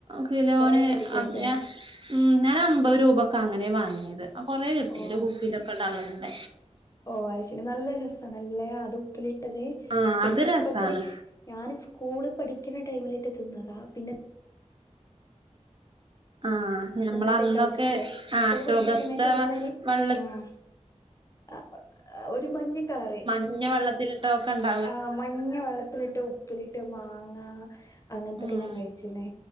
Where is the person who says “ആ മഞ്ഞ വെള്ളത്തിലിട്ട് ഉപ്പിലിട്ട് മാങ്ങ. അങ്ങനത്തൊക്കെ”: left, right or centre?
Left